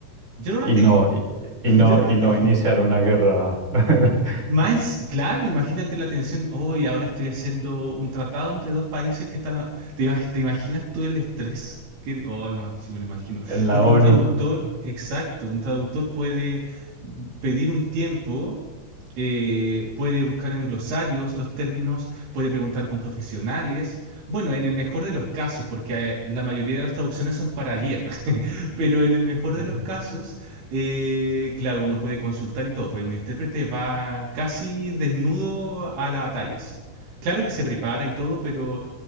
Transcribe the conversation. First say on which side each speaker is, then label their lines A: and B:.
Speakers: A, on the right; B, on the right.
A: Yo no la
B: Y
A: tengo.
B: no, y, y no,
A: <laughs> Yo no
B: y
A: la
B: no
A: tengo.
B: iniciar una guerra <laughs>
A: Más, claro, imagínate la tensión. Hoy ahora estoy haciendo un tratado entre dos países que están. a- ¿Te, ima- te imaginas tú el estrés? Que, oh, no, sí me lo imagino.
B: en la
A: Porque
B: ONU.
A: un traductor, exacto, un traductor puede pedir un tiempo, eh, puede buscar en glosarios los términos, puede preguntar con profesionales. Bueno, en el mejor de los casos, porque eh, la mayoría de las traducciones son para ayer. <laughs> Pero en el mejor
B: Ujú.
A: de los casos, eh, claro, uno puede consultar y todo, pero un intérprete va casi desnudo a la batalla, sí. Claro que se prepara y todo, pero